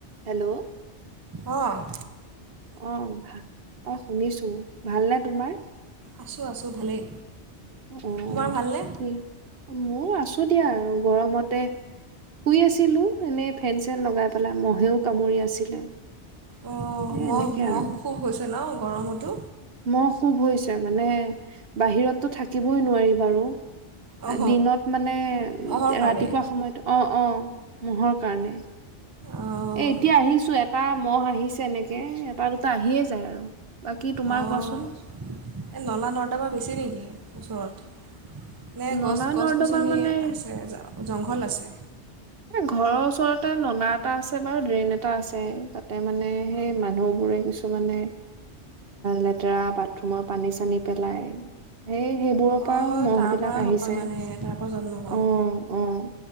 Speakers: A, on the right; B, on the right.
A: Hello
B: অ'।
A: অ', ভা অ', শুনিছো। ভাল নে তোমাৰ?
B: আছোঁ, আছোঁ ভালেই।
A: অ',
B: তোমাৰ ভালনে
A: কি মউ আছো দিয়া আৰু গৰমতে শুই আছিলো, এনে ফেন, চেন লগাই পেলাই মহেও কামুৰি আছিলে।
B: অ',
A: এ
B: মহ,
A: এনেকে
B: মহ
A: আৰু
B: খুব হৈছে ন? গৰমতো
A: মহ খুব হৈছে মানে বাহিৰতটো থাকিবই নোৱাৰি বাৰু
B: অঁ
A: দিনত মানে
B: মহৰ কাৰণে
A: ৰাতিপুৱা সময়ত অ', অ'। মহৰ কাৰণে।
B: অঁ
A: এ এতিয়া আহিছো, এটা মহ আহিছ তেনেকে এটা দুটা আহিয়ে যায় আৰু। বাকী তোমাৰ
B: অ',
A: কোৱাচোন
B: এই নলা-নৰ্দমা বেছি নেকি? ওচৰত। নে
A: নলা
B: গছ গছ-গছনি
A: নৰ্দমা মানে
B: আছে, জংঘল আছে?
A: এ ঘৰৰ ওচৰতে নলা এটা আছে বাৰু ড্ৰেইন এটা আছে, তাতে মানে সেই মানুহ বোৰে কিছুমানে লেতেৰা বাথৰুমৰ পানী চানী পেলাই হে সেইবোৰৰ পৰাওঁ
B: অঁ
A: মহ
B: তাৰপৰা
A: বিলাক আহিছে,
B: হয় মানে তাৰপৰা জন্ম হয়
A: অ', অ',